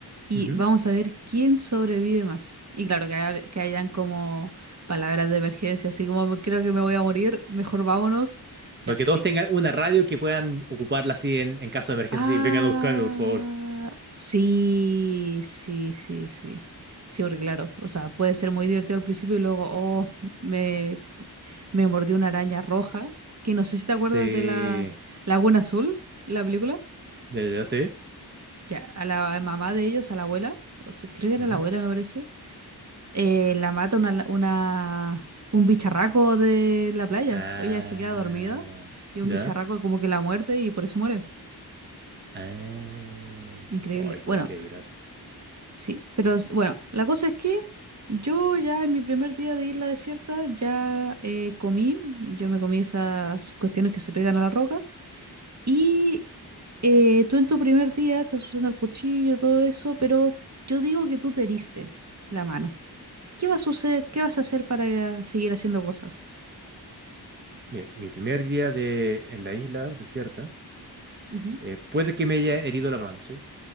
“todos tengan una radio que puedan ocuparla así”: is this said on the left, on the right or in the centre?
Right